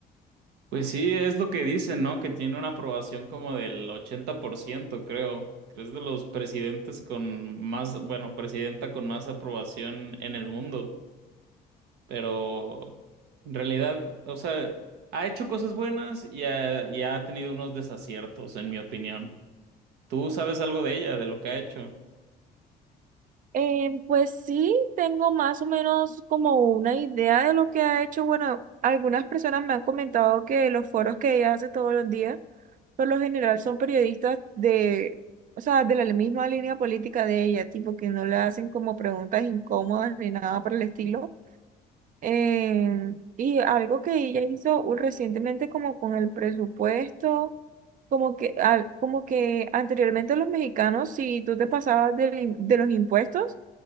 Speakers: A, on the right; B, on the right.
A: Pues sí, es lo que dicen, ¿no? Que tiene una aprobación como del 80%, creo. Que es de los presidentes con más, bueno, presidenta con más aprobación en el mundo. Pero en realidad, o sea, ha hecho cosas buenas y ha, y ha tenido unos desaciertos, en mi opinión. ¿Tú sabes algo de ella, de lo que ha hecho?
B: Em, pues sí, tengo más o menos como una idea de lo que ha hecho. Bueno, algunas personas me han comentado que los foros que ella hace todos los días, por lo general son periodistas de, o sea, de la misma línea política de ella, tipo que no le hacen como preguntas incómodas ni nada por el estilo, eh, y algo que ella hizo u- recientemente como con el presupuesto, como que, al- como que anteriormente los mexicanos, si tú te pasabas del im- de, los impuestos,